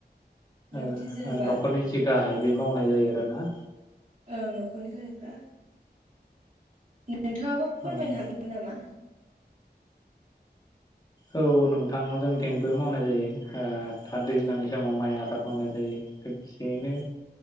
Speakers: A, on the right; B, on the left.
A: रोंथि
B: ओ
A: जेनेबा
B: न'खरनि जि गाहाय बे मावनाय लामनाय जायो रा ना
A: ओं न'खरनि गाहायफ्रा नोंथाङाबो फोरमायनो
B: औ
A: हागोन नामा?
B: औ नोंथां जों थिंबो मावनाय जायो दा दैज्लांनि समाव माइ आबाद मावनाय जायो लोगोसेयैनो